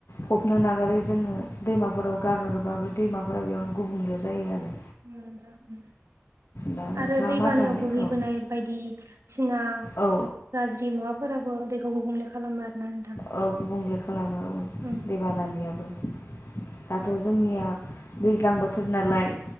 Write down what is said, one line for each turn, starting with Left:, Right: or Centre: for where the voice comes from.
Left: फबनो नागारै जोङो दैमाफोराव गारहरोबा दैमाफोरा बेयावनो गुबुंले जायो आरो।
Right: उम दा उम।
Left: दा नोंथाङा
Right: आरो दैबानायाव
Left: मा सानो
Right: बोहैबोनाय
Left: औ
Right: बायदिसिना
Left: औ
Right: गाज्रि मुवाफोराबो दैखौ गुबुंले खालामो आरोना नोंथां।
Left: औ गुबुंले खालामो औ
Right: ओं
Left: देबानानियाबो। दाथ' जोंनिया दैज्लां बोथोर नालाय